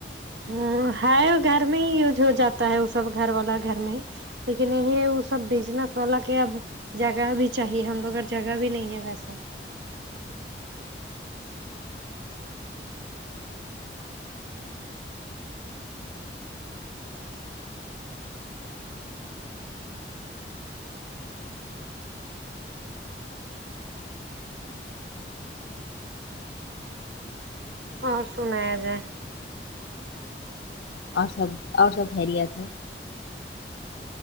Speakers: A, on the right; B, on the left.
A: ہاں ہے گھر میں ہی یوج ہو جاتا ہے وہ سب گھر والا گھر میں ہی لیکن نہیں ہے وہ سب بزنس والا کے اب جگہ بھی چاہیے ہم لوگ اور جگہ بھی نہیں ہے ویسا اور سنایا جائے
B: اور سب اور سب خیریت ہے